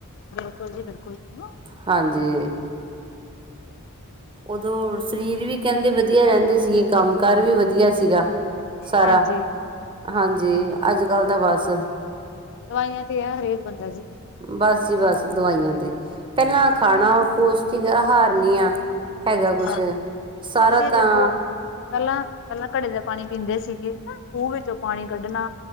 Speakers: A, on the left (about 55°); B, on the right (about 25°).
A: ਬਿਲਕੁਲ ਜੀ ਬਿਲਕੁਲ ਜੀ ਹਨਾ।
B: ਹਾਂਜੀ।
A: <inaudible>
B: ਉਦੋਂ ਸਰੀਰ ਵੀ ਕਹਿੰਦੇ ਵਧੀਆ ਰਹਿੰਦੇ ਸੀਗੇ ਕੰਮ ਕਾਰ ਵੀ ਵਧੀਆ ਸੀਗਾ। ਸਾਰਾ,
A: ਹਾਂਜੀ
B: ਹਾਂਜੀ ਅੱਜ ਕੱਲ ਤਾਂ ਬਸ
A: ਦਵਾਈਆਂ ਤੇ ਹੈ ਹਰੇਕ ਬੰਦਾ ਜੀ
B: ਬਸ ਜੀ ਬਸ ਦਵਾਈਆਂ ਤੇ, ਪਹਿਲਾਂ
A: ਹਾਂਜੀ
B: ਖਾਣਾ ਪੋਸ਼ਟਿਕ ਆਹਾਰ ਨੀ ਆ। ਹੈਗਾ ਕੁਛ,
A: ਹਾਂਜੀ
B: ਸਾਰਾ
A: ਤੁਸੀਂ ਇਹ
B: ਤਾਂ
A: ਦੇਖੋ ਪਹਿਲਾਂ, ਪਹਿਲਾਂ ਘੜੇ ਦਾ ਪਾਣੀ ਪੀਂਦੇ ਸੀਗੇ, ਹ ਖੂਹ ਵਿੱਚੋਂ ਪਾਣੀ ਕੱਢਣਾ।